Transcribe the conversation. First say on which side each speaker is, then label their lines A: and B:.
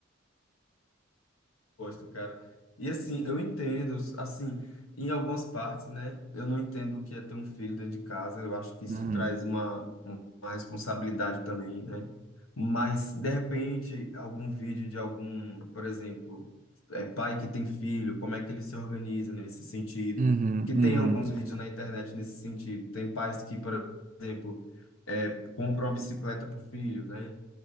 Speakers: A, on the left; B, on the right.
A: gosto, cara. E assim, eu entendo, assim, em algumas partes, né? Eu não entendo o que é ter um filho dentro de casa. Eu acho que isso
B: Hum.
A: traz uma, uma responsabilidade também, né? Mas, de repente, algum vídeo de algum, por exemplo, é, pai que tem filho, como é que ele se organiza nesse sentido?
B: Uhum,
A: Que tem
B: uhum.
A: alguns vídeos na internet nesse sentido. Tem pais que, por exemplo, é, compram uma bicicleta pro filho, né?